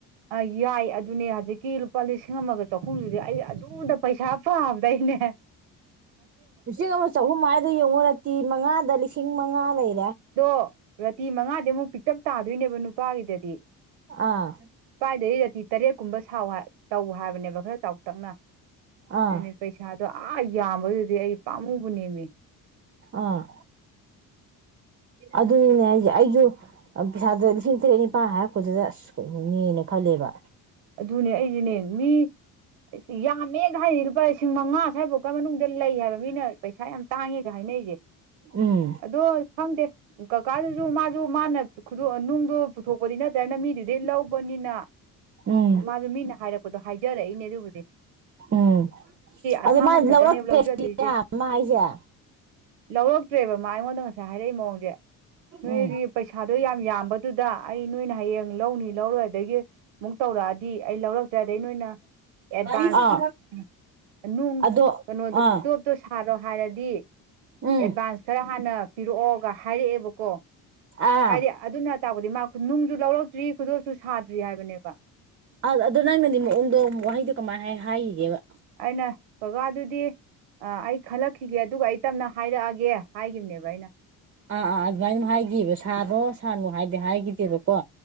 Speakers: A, on the right (about 80°); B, on the right (about 30°).
A: ꯑ ꯌꯥꯏ ꯑꯗꯨꯅꯦ ꯍꯧꯖꯤꯛꯀꯤ ꯂꯨꯄꯥ ꯂꯤꯁꯤꯡ ꯑꯃꯒ ꯆꯍꯨꯝꯗꯨꯗꯤ ꯑꯩ ꯑꯗꯨꯗ ꯄꯩꯁꯥ ꯄꯥꯕꯗꯩꯅꯦ
B: ꯂꯤꯁꯤꯡ ꯑꯃ ꯆꯍꯨꯝ ꯍꯥꯏꯗ ꯌꯦꯡꯉꯨꯔꯛꯇ ꯃꯉꯥꯗ ꯂꯤꯁꯤꯡ ꯃꯉꯥ ꯂꯩ
A: ꯑꯗꯣ ꯔꯥꯇꯤ ꯃꯉꯥꯗꯤ ꯑꯃꯨꯛ ꯄꯤꯛꯇꯞ ꯇꯥꯗꯣꯏꯅꯦꯕ ꯅꯨꯄꯥꯒꯤꯗꯗꯤ ꯅꯨꯄꯥꯗꯗꯤ
B: ꯑꯥ
A: ꯔꯥꯇꯤ ꯇꯔꯦꯠ ꯀꯨꯝꯕ ꯁꯥꯎ ꯍꯥ ꯇꯧ ꯍꯥꯏꯕꯅꯦꯕ ꯈꯔ ꯇꯧ ꯇꯛꯅ
B: ꯑꯥ
A: ꯑꯗꯨꯅꯤ ꯄꯩꯁꯥꯗꯣ ꯑꯥ ꯌꯥꯝꯕꯗꯨꯗꯤ ꯑꯩ ꯄꯥꯝꯃꯨꯕꯅꯦꯝꯃꯤ
B: ꯑꯥ ꯑꯗꯨꯅꯤꯅꯦ ꯍꯥꯏꯁꯦ ꯑꯩꯁꯨ ꯄꯩꯁꯥꯗ ꯂꯤꯁꯤꯡ ꯇꯔꯦꯠ ꯅꯤꯄꯥꯜ ꯍꯥꯏꯔꯛꯄꯗꯨꯗ ꯑꯁ ꯀꯩꯅꯣꯅꯦꯅ ꯈꯜꯂꯦꯕ
A: ꯑꯗꯨꯅꯦ ꯑꯩꯁꯦꯅꯦ ꯃꯤ ꯁ ꯌꯥꯝꯃꯦꯒ ꯍꯥꯏꯅ ꯂꯨꯄꯥ ꯂꯤꯁꯤꯡ ꯃꯉꯥ ꯁ꯭ꯋꯥꯏꯐꯥꯎꯀ ꯃꯅꯨꯡꯗ ꯂꯩ ꯍꯥꯏꯕ ꯃꯤꯅ ꯄꯩꯁꯥ ꯌꯥꯝ ꯇꯥꯡꯉꯦꯒ ꯍꯥꯏꯅꯔꯤꯁꯦ
B: ꯎꯝ
A: ꯑꯗꯣ ꯈꯪꯗꯦ ꯀꯀꯥꯗꯨꯁꯨ ꯃꯥꯁꯨ ꯃꯥꯅ ꯅꯨꯡꯗꯣ ꯄꯨꯊꯣꯛꯄꯗꯤ ꯅꯠꯇ꯭ꯔꯅ ꯃꯤꯗꯨꯗꯤ ꯂꯧꯕꯅꯤꯅ
B: ꯎꯝ
A: ꯃꯥꯁꯨ ꯃꯤꯅ ꯍꯥꯏꯔꯛꯄꯗꯣ ꯍꯥꯏꯖꯔꯛꯏꯅꯦ ꯑꯗꯨꯕꯨ
B: ꯎꯝ
A: ꯑꯁꯥꯃꯟ
B: ꯑꯗꯨ ꯃꯥꯗꯤ
A: ꯈꯛꯇꯅꯦꯕ
B: ꯂꯧꯔꯛꯇ꯭ꯔꯦ
A: ꯂꯧꯖꯗꯣꯏꯁꯦ
B: ꯁꯤꯅꯦ ꯃꯥ ꯍꯥꯏꯁꯦ
A: ꯂꯧꯔꯛꯇ꯭ꯔꯦꯕ ꯃꯥ ꯑꯩꯉꯣꯟꯗ ꯉꯁꯥꯏ ꯍꯥꯏꯔꯛꯏ ꯃꯑꯣꯡꯗꯤ ꯅꯣꯏꯒꯤ
B: ꯎꯝ
A: ꯄꯩꯁꯥꯗꯣ ꯌꯥꯝ ꯌꯥꯝꯕꯗꯨꯗ ꯑꯩ ꯅꯣꯏꯅ ꯍꯌꯦꯡ ꯂꯧꯅꯤ ꯂꯧꯔꯣꯏ ꯑꯗꯒꯤ ꯑꯃꯨꯛ <unintelligible> ꯑꯩ ꯂꯧꯔꯛꯇ꯭ꯔꯦ ꯑꯗꯩ ꯅꯣꯏꯅ ꯑꯦꯗꯕꯥꯅꯁ
B: ꯑꯥ ꯑꯗꯣ ꯑꯥ
A: <unintelligible> ꯣꯍꯥꯏꯔꯗꯤ ꯑꯦꯗꯚꯥꯟꯁ
B: ꯎꯝ
A: ꯈꯔ ꯍꯥꯟꯅ ꯄꯤꯔꯛꯑꯣꯒ ꯍꯥꯏꯔꯛꯑꯦꯕ ꯀꯣ
B: ꯑꯥ
A: ꯍꯤꯗꯤ ꯑꯗꯨ ꯅ ꯇꯥꯛꯄꯗꯤ ꯃꯥ ꯅꯨꯡꯁꯨ ꯂꯧꯔꯛꯇ꯭ꯔꯤ ꯈꯨꯗꯣꯁꯨ ꯁꯥꯗ꯭ꯔꯤ ꯍꯥꯏꯕꯅꯦꯕ
B: ꯑ ꯑꯗꯣ ꯅꯡꯅꯗꯤ ꯃꯑꯣꯡꯗꯣ ꯋꯥꯍꯩꯗꯣ ꯀꯃꯥꯏ ꯍꯥꯏꯈꯤꯒꯦꯕ
A: ꯑꯩꯅ ꯀꯀꯥꯗꯨꯗꯤ ꯑꯩ ꯈꯜꯂꯛꯈꯤꯒꯦ ꯑꯗꯨꯒ ꯑꯩ ꯇꯝꯅ ꯍꯥꯏꯔꯛꯑꯒꯦ ꯍꯥꯏꯈꯤꯕꯅꯦꯕ ꯑꯩꯅ
B: ꯑꯥ ꯑꯥ ꯑꯗꯨꯃꯥꯏꯅ ꯍꯥꯏꯈꯤꯕ ꯁꯥꯕꯣꯁ ꯊꯔꯣ ꯍꯥꯏꯗꯤ ꯍꯥꯏꯈꯤꯗꯦꯕꯀꯣ